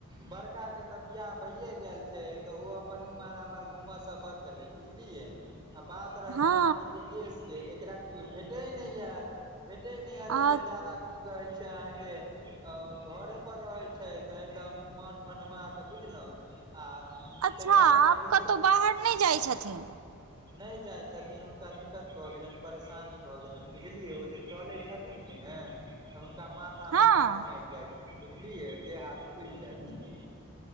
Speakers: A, on the right; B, on the right.
A: बड़का के तऽ बियाह भैए गेल छै छै तऽ ओ अपन इमार आमार घूमऽ से बचलै बुझलियै। आ बात रहलै
B: हँ
A: अहाँके दुर्गेशके एकरा केओ भेटै नहि य भेटै नहि है
B: आ
A: तऽ बेचारा की कहै छै अहाँके घरे पर रहै छै तऽ हरदम मन मनुआ क बुझलौ आ
B: अच्छा
A: ताहिके बाद
B: आब
A: रीते
B: कतहु बाहर नहि जाइ छथिन
A: नहि जाइ छथिन हुनका दिक्कत भऽ गेलनि परेशानी भऽ गेलनि बुझलियै ओ जे चलै छथिन ने तऽ हुनका माथा
B: हँ
A: मे झाव आब जाइ छै बुझलियै देह हाथ फुल जाइ छै